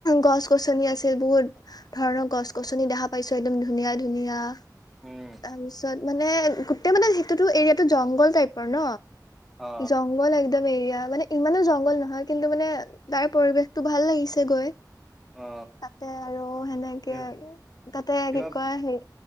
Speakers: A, on the left; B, in the centre.
A: গছ গছনি আছে বহুত ধৰণৰ গছ গছনি দেখা পাইছো একদম ধুনীয়া ধুনীয়া
B: উম
A: তাৰপিছত মানে গোটেই মানে সেইটোতো এৰিয়াতো জংল টাইপৰ ন
B: অ
A: জংল এক একদম এৰিয়া মানে ইমানো জংঘল নহয় কিন্তু মানে তাৰ পৰিৱেশতটো ভাল লাগিছে গৈ
B: অ
A: তাতে আৰু সেনেকে
B: কিবা
A: তাতে
B: কিবা
A: কি কয় হেৰি